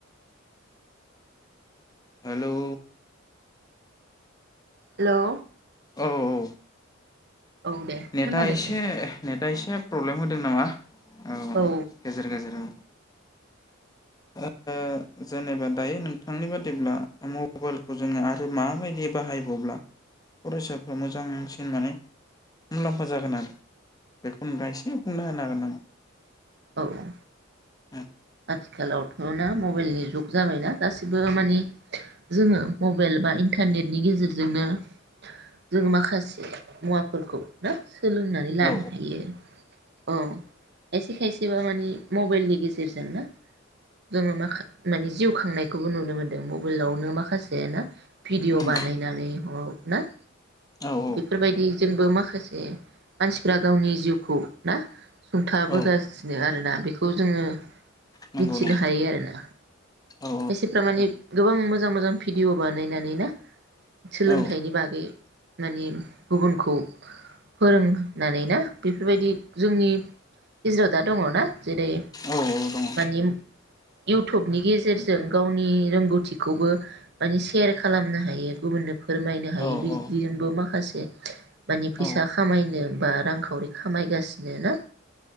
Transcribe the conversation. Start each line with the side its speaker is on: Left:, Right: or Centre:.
Left: हेलौ
Right: हेलौ
Left: अ औ
Right: औ दे
Left: नेटआ
Right: खोनादों
Left: इसे
Right: दे
Left: नेटआ एसे प्रब्लेम होदों नामा औ
Right: औ
Left: गेजेर गेजेर ओ जेनेबा दायो नोंथांनि बादिब्ला मबाइलखौ जोङो आरो माबायदि बाहायबावब्ला फरायसाफ्रा मोजांसिन माने मुलाम्फा जागोन आरो बेखौ नोंथाङा इसे बुंना होना हागोन नामा?
Right: औ औ
Left: <inaudible>
Right: आथिखालावथ' ना मबाइलनि जुग जाबायना। गासिबो मानि जोङो मबाइल बा इन्टारनेटनि गेजेरजोंनो जोङो माखासे मुवाफोरखौ ना। सोलोंनानै लानो
Left: औ
Right: हायो। औ खायसे खायसेबा मानि मबाइलनि गेजेर गोन ना जोङो माखा माने जिउ खांनायखौबो नुनो मोनदों मबाइलावनो माखासे ना। भिडिअ
Left: उम
Right: बानायनानै ह ना।
Left: औ औ
Right: बेफोरबायदि जोंबो माखासे मानसिफ्रा गावनि जिउखौ ना। सुंथाबोगासिनो
Left: औ
Right: आरोना बेख खौ जोङो
Left: नंगौ
Right: मिथिनो
Left: नंगौ
Right: हायो आरो ना।
Left: औ
Right: खायसेफ्रा माने गोबां मोजां मोजां भिडिअ बानायनानै ना। सोलोंथाइनि
Left: औ
Right: बागै मानि गुबुनखौ फोरोंनानै ना बेफोरबायदि जोंनि गेजेराव दा दङना जेरै
Left: औ औ दङ
Right: माने इउटुबनि गेजेरजों गावनि रोंगौथिखौबो माने सेयार खालामनो हायो गुबुननो फोरमायनो हायो
Left: औ
Right: बिदिजोंबो
Left: औ
Right: माखासे माने फैसा
Left: औ
Right: खामायनो बा रांखावरि खामायगासिनो ना।